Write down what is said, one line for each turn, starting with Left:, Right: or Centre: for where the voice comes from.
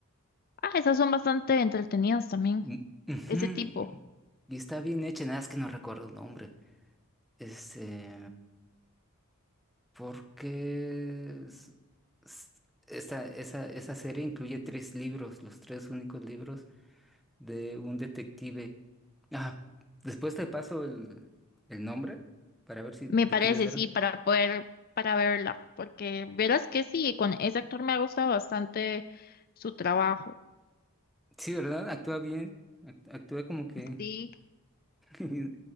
Left: Ah, esas son bastante entretenidas también,
Centre: Mm, ujú,
Left: ese tipo.
Centre: Y está bien hecha, nada es que no recuerdo el nombre. Este, porque es- es- esa, esa, esa serie incluye tres libros, los tres únicos libros. de un detective. Ah, después te paso el, el nombre para ver si
Left: Me
Centre: le
Left: parece,
Centre: quieres dar.
Left: sí, para poder, para verla, porque verás que sí, con ese actor me ha gustado bastante su trabajo.
Centre: Sí, ¿verdad? Actúa bien. act- Actúa como que
Left: Sí,
Centre: <laughs> es,